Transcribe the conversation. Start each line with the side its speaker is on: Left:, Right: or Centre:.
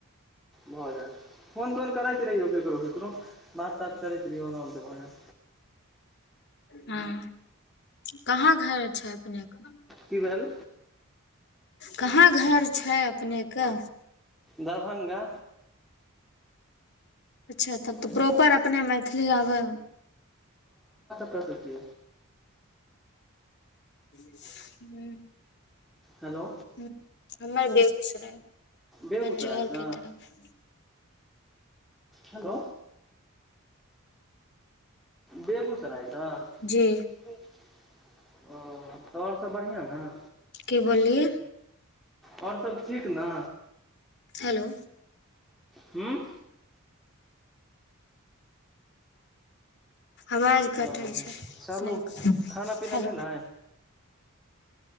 Centre: ब फोन तोर कर छै। य देखो। बात तात करै छी रिऔ न हो त मने
Left: हँ कहाँ घर छै अपनेके
Centre: की भेल
Left: कहाँ घर छै अपनेके
Centre: दरभ्ंगा
Left: अच्छा तब तऽ
Centre: एक
Left: प्रॉपर अपने मैथिली आबै
Centre: <unintelligible> प्रसति
Left: हू
Centre: हेलो
Left: ह हमर बेगूसराय
Centre: बेगूसरायसँ
Left: मंझौल के तरफ
Centre: हेलो बेगूसराय तऽ
Left: जी
Centre: ओ तऽ आओर सब बढ़िआँ ह ने
Left: की बोललियै
Centre: आओरसभ ठीक ने
Left: हेलो
Centre: ह्म
Left: आवाज कटै
Centre: ओ
Left: छै
Centre: चलू
Left: अपने के
Centre: खाना पीना
Left: हेलो
Centre: भेल ह